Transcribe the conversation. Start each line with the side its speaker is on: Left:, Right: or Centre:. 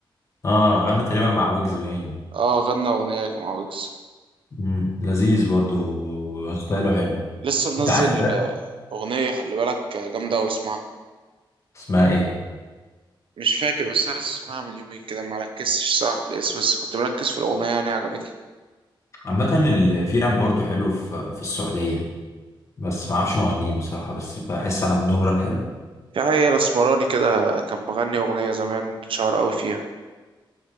Left: اه غنى تقريبا مع ويجز باين
Right: اه غنى أغنية مع ويجز
Left: مم. لذيذ برضو ستايله حلو
Right: لسه منزل
Left: انت عارف الراب
Right: آه، أغنية خلي بالك آه، جامدة واسمعها
Left: اسمها ايه
Right: مش فاكر بس انا لسه اسمعها من يومين كده ما ركزتش صراحه في الاسم بس كنت مركز في الاغنيه يعني عجبتني
Left: عامة ال- في راب برضو حلو في, في السعودية بس ما اعرفش مغنيين بصراحة بس بحس عندهم راب حلو
Right: في حقيقة الاسمراني كده كان مغني اغنيه زمان اتشهر قوي فيها